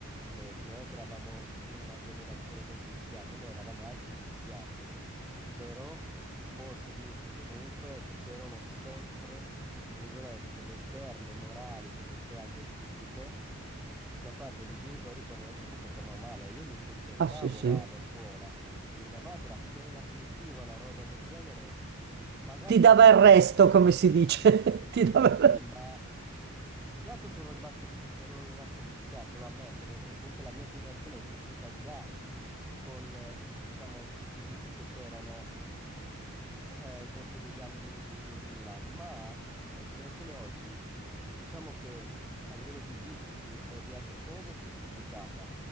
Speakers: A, in the centre; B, on the right (about 45°).
A: che non è che eravamo in una generazione non viziata, noi eravamo anche viziati, però posso dirti che comunque c'erano sempre, tra virgolette, le sberle morali, se non che anche fisiche, da parte dei genitori quando noi ci comportavamo male. Io mi comportavo
B: Ah, sì, sì.
A: male a scuola e mia madre appena sentiva una roba del genere, magari
B: Ti dava
A: poteva
B: il resto,
A: anche passare.
B: come si dice. <laughs> Ti dava...
A: Sì, sì, ma viziato sono rimasto, vi- ero rimasto viziato, lo ammetto, perché comunque la mia generazione è cresciuta già con, eh, diciamo, tutti i vizi che c'erano eh, ai tempi degli anni 2000, ma la generazione oggi, diciamo che a livello di vizi o di altre cose si è triplicata,